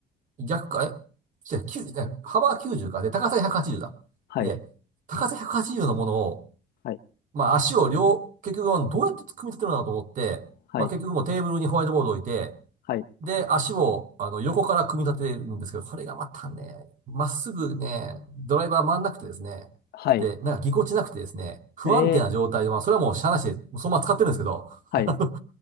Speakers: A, on the right; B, on the left.
A: 逆か、え違う、90、違う幅が90か。で、高さが180だ。
B: はい。
A: で、高さ180のものを、
B: はい。
A: まあ足を両、結局どうやって組み立てるのかなと思って、
B: はい。
A: まあ結局もうテーブルにホワイトボードを置いて、
B: はい。
A: で、足を、あの、横から組み立てるんですけど、これがまたね、まっすぐね、ドライバー回んなくてですね、
B: はい。
A: で、なんかぎこちなくてですね、不安定な状態で、
B: えー。
A: まあ、それはもうしゃあなしで、そのまま使ってるんですけど、
B: はい。
A: <laughs> あの